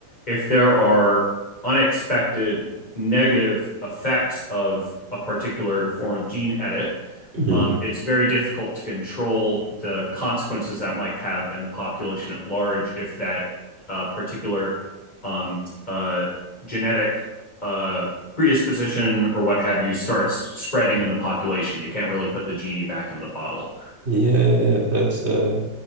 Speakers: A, on the left; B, on the right.
A: if there are unexpected negative effects of a particular form of gene edit,
B: hmm
A: um, it's very difficult to control the consequences that might have in the population at large if that uh, particular um, uh, genetic uh, predisposition or what have you starts spreading in the population. You can't really put the genie back in the bottle.
B: Yeah, that's uh